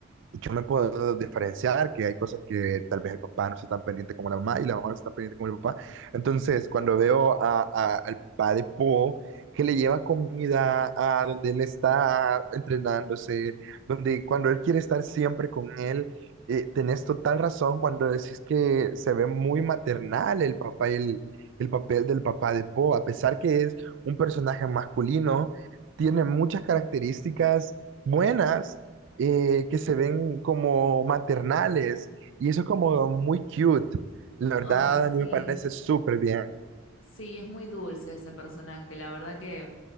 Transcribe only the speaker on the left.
Ay, sí.
Sí, es muy dulce ese personaje, la verdad que